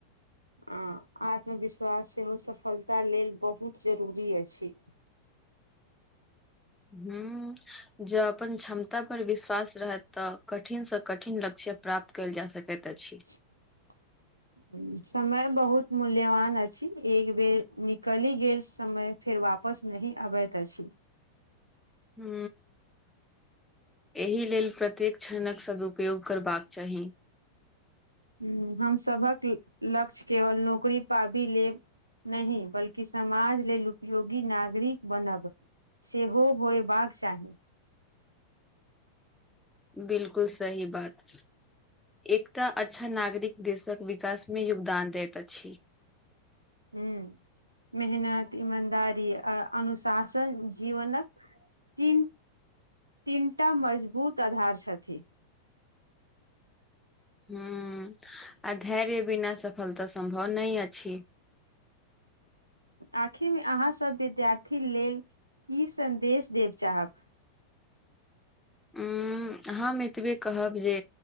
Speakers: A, on the right (about 85°); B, in the centre.
A: आ आत्मविश्वास सेहो सफलता लेल बहुत जरूरी अछि
B: ह जँ अपन क्षमता पर विश्वास रहत तऽ कठिनसँ कठिन लक्ष्य प्राप्त कयल जा सकैत अछि
A: <inaudible> समय बहुत मूल्यवान अछि एक बेर निकलि गेल समय फेर वापस नहि अबैत अछि
B: हू एहि लेल प्रत्येक क्षणक सदुपयोग करबाक चाही
A: ह हम सभक लक्ष्य केवल नौकरी पाबी लेब न बल्कि समाज लेल उपयोगी नागरिक बनब सेहो होयबाक चाही
B: बिलकुल सही बात एकटा अच्छा नागरिक देशक विकास मे योगदान दैत अछि
A: ह मेहनत ईमानदारी आ अनुशासन जीवनक तीन तीनटा मजबूत आधार छथिन
B: ह आ धैर्य बिना सफलता सम्भव नहि अछि
A: आखिरमे अहाँसभ विद्यार्थी लेल की सन्देश देब चाहब
B: उ हम एतबे कहब जे